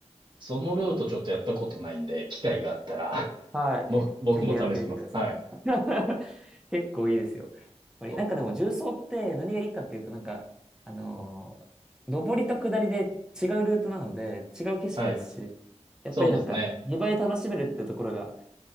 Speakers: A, on the right; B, in the centre.
A: そのルートちょっとやったことないんで、機会があったら <laughs>
B: はい。
A: ぼ、僕も試します。
B: ぜひやってみてください。
A: はい。
B: <laughs> 結構いいですよ。やっぱり、
A: そう。
B: なんかでも重曹って何がいいかっていうと、なんか、あのー上りと下りで違うルートなので、違う景色ですし、
A: はい。
B: やっぱりなんか、
A: そうですね。
B: 2倍楽しめるってところが